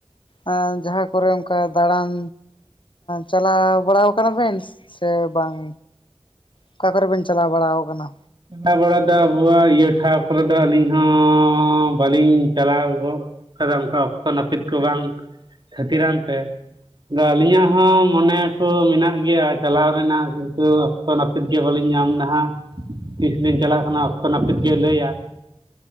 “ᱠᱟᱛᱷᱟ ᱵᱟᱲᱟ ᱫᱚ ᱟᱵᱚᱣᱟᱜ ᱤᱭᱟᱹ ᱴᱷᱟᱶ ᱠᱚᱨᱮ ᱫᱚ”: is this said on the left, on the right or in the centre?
Right